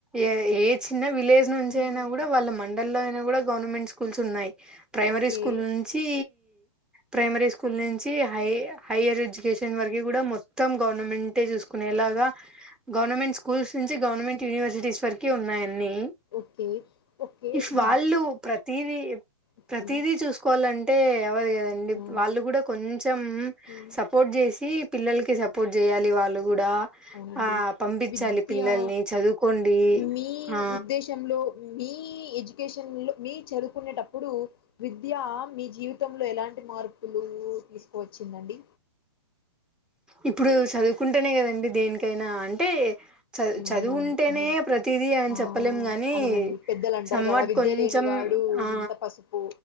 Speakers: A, in the centre; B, on the left.
A: ఏ ఏత్ చిన్న విలేజ్ నుంచి
B: హ్మ్.
A: అయినా కూడా వాళ్ళ మండల్లో అయినా కూడా గవర్నమెంట్ స్కూల్స్ ఉన్నాయి ప్రైమరీ
B: ఓకే.
A: స్కూల్ నుంచి ప్రైమరీ స్కూల్ నుంచి హై హైయర్ ఎడ్యుకేషన్ వరకు కూడా మొతు మొత్తం గవర్నమెంటట్ ఏ చూసుకునేలాగా గవర్నమెంట్ స్కూల్స్ నుంచి గవర్నమెంట్ యూనివర్సిటీస్ వరకి ఉన్నాయి ఇన్ని
B: ఓకే. ఓకే.
A: ఇఫు
B: విద్
A: వాళ్ళు ప్రత్ తీదీ
B: ఓకే.
A: ప్రతిదీ చూసుకోవాలంటే ఎవరు ఏ దండి
B: ఆ!
A: ప్ వాళ్ళు కూడా కొంచెం
B: హ్మ్.
A: సపోర్ట్ చేసి పిల్లలకి సపోర్ట్ చేయాలి వాళ్ళు కూడు డా
B: అవునండి.
A: ఆ పంపించాలి
B: విద్యా
A: పిల్లల్ని చదువుకోండి
B: మీ
A: ఆ
B: ఉద్దేశంలో మీ ఎడ్యు ఎడ్యుకేషన్లో మీ చదువుకునేటప్పుడు విద్య మీ జీవితంలో ఎలాంటి మార్పు పలు తీసుకోవచ్చిందండి
A: ఇప్పుడు చదువుకుంటేనే కదండి దేనికైనా అంటే చదు చదువు
B: అవునవును
A: ఉంటేనే
B: మ్
A: ప్రతిదీ అయన
B: ఆ
A: చెప్పలేము గాని
B: అవునండి పెద్దలు అంటారు
A: సమ్వాట్
B: కదా విద్య
A: కొంచెం
B: లేనివాడు
A: ఆ
B: వింత పసుపు